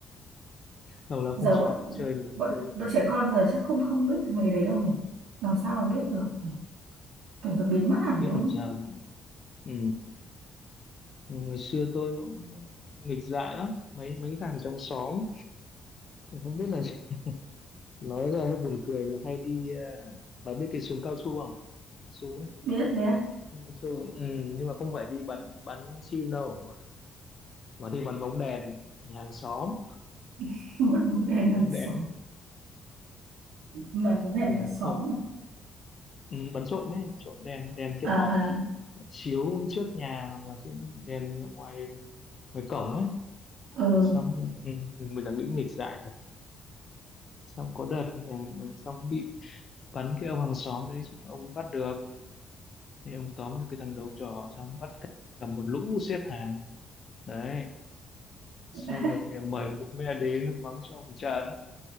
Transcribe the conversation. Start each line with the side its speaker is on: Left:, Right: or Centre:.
Left: lâu lắm
Right: giờ
Left: không cho
Right: bọn
Left: chơi được
Right: bọn
Left: chơi cái
Right: bọn
Left: trò
Right: trẻ
Left: đấy
Right: con giờ chắc không không biết mấy cái đấy đâu nhỉ làm sao mà biết được nhỉ kiểu nó biến mất hẳn
Left: biết
Right: luôn
Left: làm sao ừ ngày xưa tôi cũng ờ, nghịch dại lắm mấy mấy thằng trong xóm không biết là <laughs> nói ra hơi buồn cười là hay đi ờ, bà biết cái súng cao su không su ấy
Right: biết biết
Left: cao su ừ, nhưng mà không phải đi bắn bắn chim đâu mà, mà đi bắn bóng đèn nhà hàng xóm
Right: <laughs> bạn muốn về hàng
Left: bóng
Right: xóm
Left: đèn ấy
Right: bạn muốn
Left: ừ,
Right: về hàng xóm
Left: hồi, ừ, bắn trộm ấy bắn trộm đèn đèn kiểu
Right: à
Left: họ
Right: à
Left: chiếu trước nhà hoặc là trên đèn ngoài ngoài cổng ấy
Right: à, ừ
Left: xong ừ, mình là nghĩ nghịch dại thật xong có đợt là xong bị bắn cái ông hàng xóm đấy xong ông bắt được thì ông tóm được cái thằng đầu trò xong bắt cả cả một lũ xếp hàng đấy xong
Right: <laughs>
Left: rồi em mời cũng mẹ đến mắng cho một trận